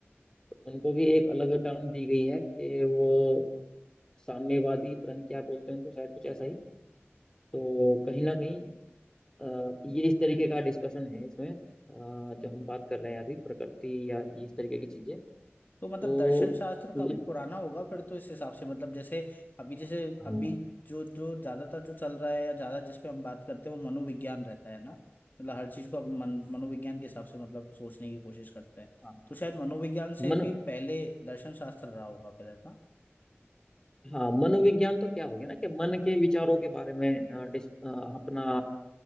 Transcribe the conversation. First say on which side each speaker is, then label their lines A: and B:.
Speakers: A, on the left; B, on the left.
A: तो उनको भी एक अलग टर्म दी गई है कि वो साम्यवादी पता नहीं क्या बोलते हैं उनको शायद कुछ ऐसा ही तो कहीं ना कहीं अ, ये इस तरीके का डिस्कशन है इसमें अ, जो हम बात कर रहे हैं अभी प्रकृति या ये इस तरीके की चीजें
B: तो
A: तो
B: मतलब दर्शन शास्त्र काफी
A: मतलब
B: पुराना होगा फिर तो इस हिसाब से मतलब जैसे अभी जैसे
A: हाँ
B: अभी जो जो ज्यादातर जो चल रहा है या ज्यादा जिस पे हम बात करते हैं वो मनोविज्ञान रहता है ना मतलब हर चीज को अब मन मनोविज्ञान के हिसाब से मतलब सोचने की कोशिश करते हैं
A: हाँ
B: तो शायद मनोविज्ञान से
A: मन
B: भी पहले दर्शन शास्त्र रहा होगा फिर है ना
A: हाँ मनोविज्ञान तो क्या हो गया ना कि मन के विचारों के बारे में अ, डिस, अ, अपना